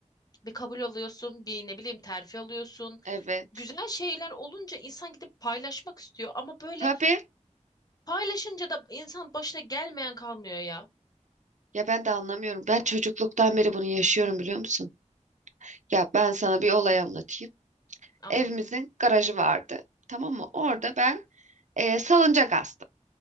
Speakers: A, on the left; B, on the right.
A: bir kabul alıyorsun, bir ne bileyim terfi alıyorsun.
B: Evet.
A: Güzel şeyler olunca insan gidip paylaşmak istiyor ama böyle
B: Tabii.
A: paylaşınca da insan başına gelmeyen kalmıyor ya.
B: Ya ben de anlamıyorum. Ben çocukluktan beri bunu yaşıyorum biliyor musun? Ya ben sana bir olay anlatayım.
A: Anlat.
B: Evimizin garajı vardı. Tamam mı? Orada
A: Tamam.
B: ben e, salıncak astım.